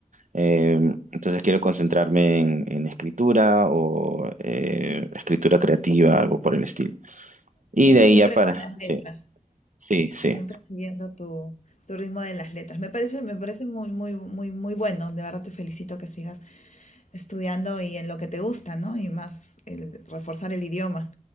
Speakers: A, on the right; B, on the left.
A: Eh, entonces quiero concentrarme en, en escritura o eh, escritura creativa, algo por el estilo. Y
B: O sea,
A: de
B: siempre
A: ahí ya para,
B: con las letras.
A: sí, sí, sí.
B: Siempre siguiendo tu, tu ritmo de las letras. Me parece, me parece muy, muy, muy, muy bueno. De verdad te felicito que sigas estudiando y en lo que te gusta, ¿no? Y más el reforzar el idioma,